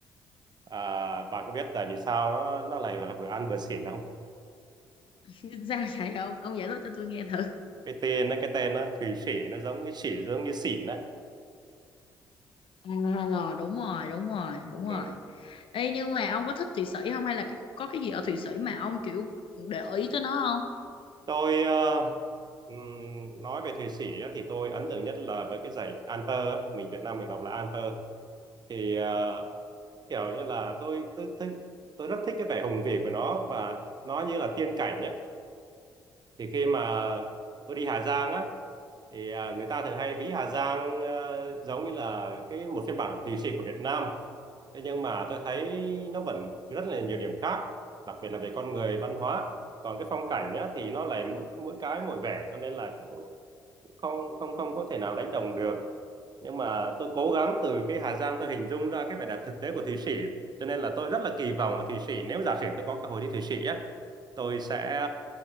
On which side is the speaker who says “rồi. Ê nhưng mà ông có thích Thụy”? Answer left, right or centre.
Left